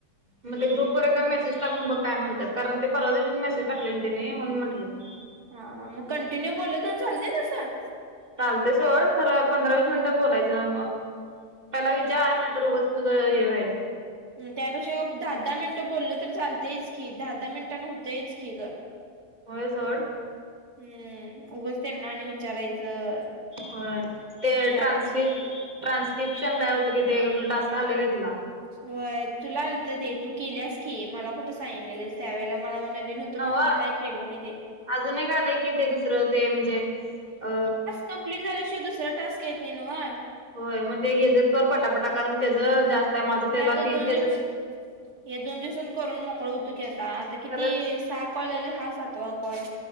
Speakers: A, on the right; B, on the right.
A: मग ते ग्रुप वर एकदा मेसेज. टाकून बघ काय म्हणतात कारण ते परवादिवशी मेसेज टाकलेले त्याने म्हणून म्हटलं तुला.
B: हा मग कंटिन्यू बोललं त चालतय तसं.
A: चालते सोड खरं पंधरा वीस मिनिटं बोलायचं मग त्याला विचार नाही उगाच. तुझं हे व्हायचं.
B: अं त्यापेक्षा दहा दहा मिनटं बोललं तर चालतंयच की दहा दहा मिनटांंनं होतयच की गं. <inaudible>
A: होय सोड.
B: हम्म उगंच त्यांना आणि विचारायचं.
A: होय ते
B: त्यापेक्षा
A: ट्रान्सक्रिप ट्रान्स्क्रिप्शन काय होतं कि ते कुठलं टास्क आले काय तुला.
B: होय तूला आलत ते तू गेल्यास की मला कुठे सांगलेलंस. त्या वेळेला मला नवीन होतं
A: नव्ह
B: म्हणून मी काय केलो नाही ते.
A: अजून एक आलंय की ते दुसरं ते म्हणजे अ.
B: कम्प्लीट झाल्या शिवाय दुसरा टास्क येत नई नव्ह.
A: होय मग ते हेजच कर पटापटा कारण त्याचं जास्त. आहे माझं त्याला
B: हे आता
A: त्याच
B: दोन दिवस हे दोन दिवसात करून मोकळं होतो की आता आता किती
A: खरंच
B: स. सहा कॉल आलाय हा सातवा कॉल.